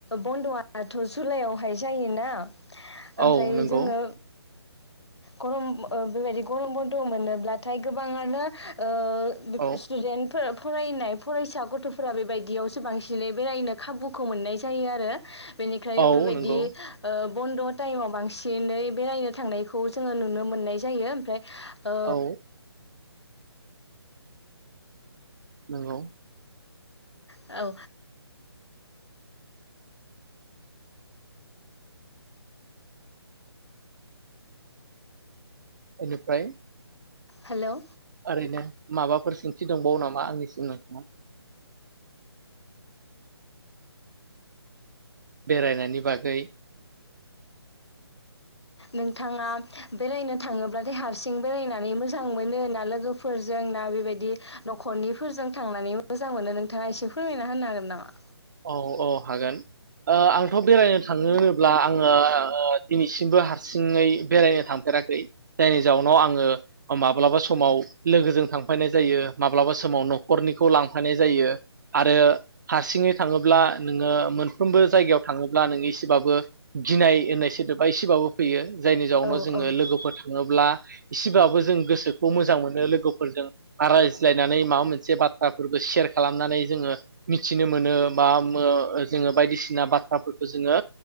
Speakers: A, on the left; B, on the right.
A: बन्दआथ जुलाइआवहाय जायोना ओमफ्राय
B: औ नंगौ
A: जोङो गरम ओ बेबायदि गरम बन्द मोनोब्लाथाय गोबाङानो ओ ओ
B: औ
A: स्टुडेन्ट फोर फरायनाय फरायसा गथफोरा बेबायदियाव स सो बांसिनै बेरायनो खाबुखौ मोननाय जायो आरो बेनिखायनो
B: औ
A: बेबायदि
B: नंगौ
A: ओ ब बन्द टाइमाव बांसिनै बेरायनो थांनायखौ जोङो नुनो मोननाय जायो ओमफ्राय ओ
B: औ नंगौ
A: औ
B: बेनिफ्राय
A: हेलौ
B: ओरैनो माबाफोर सि थि दंबावो नामा आंनिसिम नोंथाङा बेरायनायनि बागै
A: नोंथाङा बेरायनो थाङोब्लाथाय हारसिं बेरायनानै मोजां मोनो ना लोगोफोरजों ना बेबायदि नखरनिफोरजों थांनानै मोजां मोनो नोंथाङा एसे फोरमायना होनो हागोन नामा
B: औ औ ओ हागोन आंथ बेरायनो थाङो होनोब्ला आङो ओ दिनैसिमबो हारसिङै बेरायनो थांफेराखै जायनि जाउनाव आङो माब्लाबा समाव लोगोजों थांफैनाय जायो माब्लाबा समाव नखरनिखौ लांफैनाय जायो आरो हारसिङै थाङोब्ला नोङो मोनफ्रोमबो जायगायाव थाङोब्ला नोङो एसेबाबो गिनाय होननाय सोदोबा एसेबाबो फैयो जायनि जाउनाव
A: औ
B: जोङो
A: औ
B: लोगोफोर थाङोब्ला इसेबाबो जों गोसोखौ मोजां मोनो लोगोफोरजों रायज्लायनानै माबा मोनसे बाथ्राफोरखौ सेयार खालामनानै जोङो मिथिनो मोनो बा मो जोङो बायदिसिना बाथ्राफोरखौ जोङो